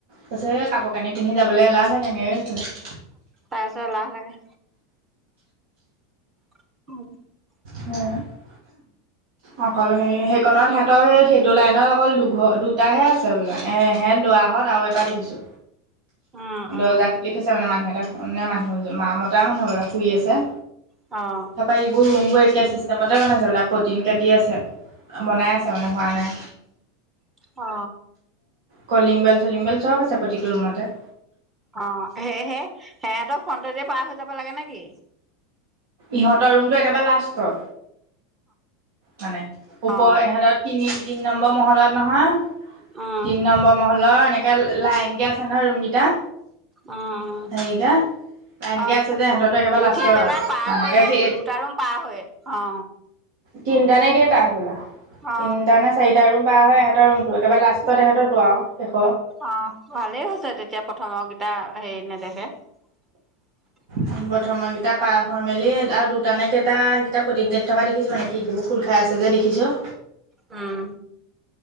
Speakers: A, on the right (about 75°); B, on the right (about 20°).
A: কছে কাপোৰানি পিন্ধি যাবলৈ এলাহ লাগে, এনেকে কৈছে।
B: তাৰপিছত এলাহ লাগে। <unintelligible>
A: হ <unintelligible>
B: <inaudible>
A: অকল হেৰি, সেইকনত সিহতৰ স সেইটো লাইনত অকল দুঘ দুটাহে আছে বোলো, এহেত লৰাহত <unintelligible> আও এটা দেখিছো।
B: উম উম
A: দৰ্জা খুলি থৈছে মানে মানুহ এটা মানুহ মা, মতা মানুহ সবলা শুই আছে।
B: অ'।
A: <unintelligible> পাইবো ৰোমবো এ <unintelligible> কে চিষ্টেমতে বনাইছে বোলে, প্ৰটিন কাটি আছে, বনাই আছে মানে হোৱা নাই।
B: অ।
A: কলিং বেল-চলিং বেল চব আছে প্ৰতিটো ৰুমতে।
B: অ', সেয়েহে সেহঁতৰ ফ্ৰনটদি যে পাৰ হৈ যাব লাগে নে কি?
A: ইহঁতৰ ৰুমটো একেবাৰে লাষ্টত। মানে, ওপৱ
B: অ
A: ইহতৰ তিনি তিনি নম্বৰ মহলাত নহয়
B: উম
A: তিনি নম্বৰ মহলৰ এনেকে লাইনকে আছে নহয় ৰুমকেইটা।
B: উম উম।
A: <unintelligible> লাইনকে
B: অ'
A: আছে যে সিহঁতৰটো একেবাৰে লাষ্টৰ
B: উঠি পেলাই পাৰ
A: মানে
B: হয়,
A: সেই
B: দু দুটা ৰুম পাৰ হয়, অ।
A: তিনিটা নে কেইটা হবলা,
B: অ
A: তিনটা নে চাৰিটা ৰুম পাৰ হে এটা ৰুমটো, একেবাৰে লাষ্টত এহতো আৰু শেষ।
B: অ' ভালেই হৈছে তেতিয়া প্ৰথমৰ কেইটা হেৰি নেদেখে। <inaudible>
A: প্ৰথম কেইটা পাৰ হৈ মেলি আৰু দুটানে কেইটা সেইকেইটা পুতিং কাটি থকা দেখিছো মানে কি এইবোৰ খোল খাই আছে যে দেখিছো
B: উম।